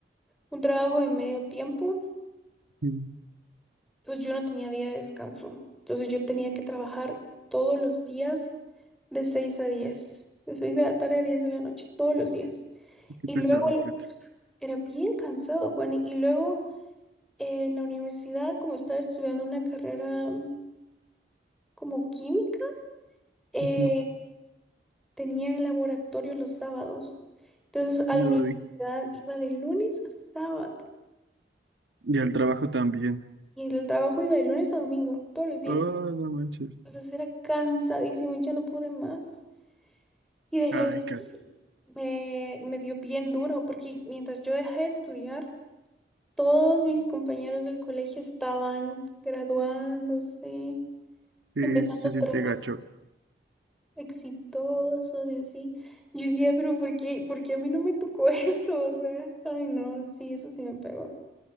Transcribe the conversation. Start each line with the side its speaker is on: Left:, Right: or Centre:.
Centre: un trabajo de medio tiempo.
Right: Sí,
Centre: pues yo no tenía día de descanso. Entonces yo tenía que trabajar todos los días de 6 a 10, de 6 de la tarde a 10 de la noche, todos los días.
Right: ¿Qué
Centre: Y
Right: pesado,
Centre: luego
Right: Kat.
Centre: la- era bien cansado, Juan. Y luego eh, en la universidad, como estaba estudiando una carrera mm, como química, eh,
Right: Ujú,
Centre: tenía el laboratorio los sábados. Entonces a
Right: uy.
Centre: la universidad iba de lunes a sábado
Right: Y
Centre: y,
Right: al trabajo también.
Centre: y el trabajo iba de lunes a domingo, todos los días.
Right: Oh, no manches.
Centre: Entonces era cansadísimo y ya no pude más. Y dejé
Right: Ay,
Centre: de estudiar.
Right: Kat,
Centre: Me, me dio bien duro porque mientras yo dejé de estudiar, todos mis compañeros del colegio estaban graduándose,
Right: sí,
Centre: empezando
Right: se siente
Centre: trabajos
Right: gacho.
Centre: exitosos y así. Yo decía, pero ¿por qué, por qué a mí no me tocó <laughs> eso? O sea, ay no, sí, eso sí me pegó.